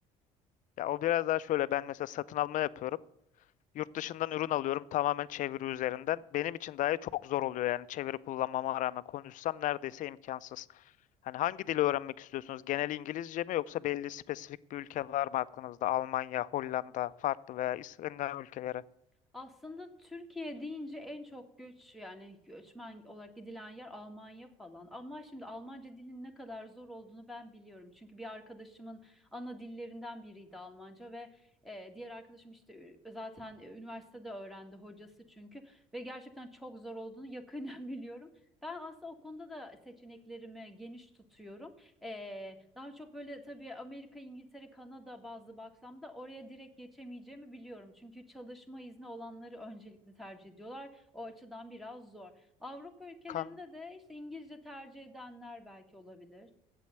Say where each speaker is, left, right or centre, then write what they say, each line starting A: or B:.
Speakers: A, on the left (about 55°); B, in the centre.
A: Ya o biraz daha şöyle ben mesela satın alma yapıyorum. Yurt dışından ürün alıyorum tamamen çeviri üzerinden. Benim için dahi çok zor oluyor yani çeviri kullanmama rağmen konuşsam neredeyse imkansız. Hani hangi dili öğrenmek istiyorsunuz? Genel İngilizce mi yoksa belli spesifik bir ülke var mı aklınızda? Almanya, Hollanda, farklı veya İskandinav ülkeleri.
B: Aslında Türkiye deyince en çok göç yani göçmen olarak gidilen yer Almanya falan. Ama şimdi Almanca dilin ne kadar zor olduğunu ben biliyorum. Çünkü bir arkadaşımın ana dillerinden biriydi Almanca ve e, diğer arkadaşım işte ü- zaten e, üniversitede öğrendi hocası çünkü ve gerçekten çok zor olduğunu yakından <laughs> biliyorum. Ben aslında o konuda da seçeneklerimi geniş tutuyorum. Ee, daha çok böyle tabii Amerika, İngiltere, Kanada bazlı baksam da oraya direkt geçemeyeceğimi biliyorum. Çünkü çalışma izni olanları öncelikli tercih ediyorlar. O açıdan biraz zor. Avrupa ülkelerinde
A: Kan
B: de işte İngilizce tercih edenler belki olabilir.